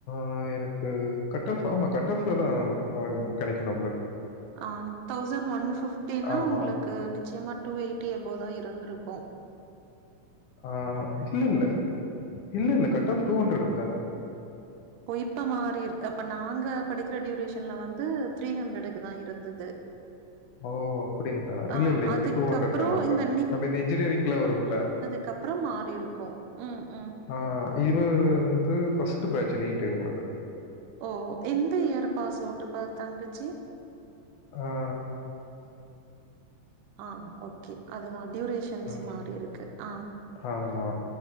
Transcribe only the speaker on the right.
ஆ தௌசண்ட் ஒன் பிஃப்டினா
உங்களுக்கு நிச்சயமா டூ எயிட்டி எபோதா இருந்திருக்கு
ஓ இப்ப மாரி இருக் அப்ப நாங்க படிக்கிற டியூரேஷன்ல வந்து த்ரீ ஹண்ட்டுக்கு தா இருந்தது
ஆ
அதுக்கப்புறம்
இந்த
அத்க்கப்பறம் மாரி இருக்கு ம் ம்
ஓ எந்த இயர் பாஸ் அவுட்டு் பா தங்கச்சி
ஆ ஓகே அதுதா டியூரேஷன்ஸ்
மாரி இருக்கு ஆ